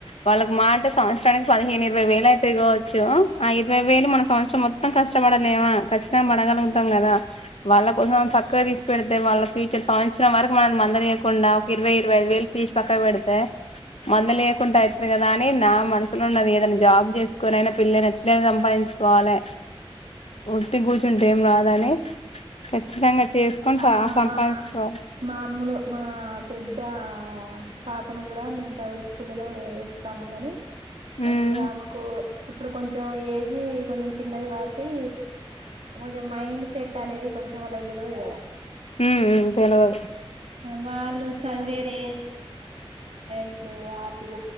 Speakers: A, on the left (about 85°); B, on the right (about 80°).
A: వాళ్ళకి మాట సంవత్సరానికి పదిహేను ఇరవై వెళ్లయితాయ్ గావచ్చు ఆ ఇరవై వేలు మన సంవత్సరం మొత్తం కష్టపడలేమా ఖచ్చితంగా పడగలుగుతాం కదా వాళ్ళ కోసం పక్కక్తిసిపెడితే వాళ్ళ ఫ్యూచర్ సంవత్సరం వరకు మనం మందలియకుండా ఒక ఇరవై ఇరవైఐదు వేలు తీస్ పక్కక్ పెడ్తేయె మంది లేకుంటాయితది గదాని నా మనుసులోనున్నది ఏదైనా జాబ్ చేసుకొంనైనా పిల్లని ఎట్లేనా సంపాదించుకోవాలి వత్తిగుసుంటేయ్ ఏం రాదని ఖచ్చితంగా చేసుకొని
B: ఆ
A: సా సంపాదించుకోవాలి
B: మా మా అమ్మలు మా పెద్ద ఆ పాపను కూడా మేము ప్రైవేట్ స్కూల్లో వ ఇేస్తానుం గాని
A: ఉమ్
B: ఐ ఆమకు ఇప్పుడు కొంచెం ఏజీ కొంచెం చిన్నది కాబట్టి కొంచెం మైండ్ సెట్ అనేది కొంచెం వాళ్ళకి తెల్వద్ గదా
A: ఉ తెలవా
B: వాళ్ళు చదివేరే ఇప్పుడు ఆపిల్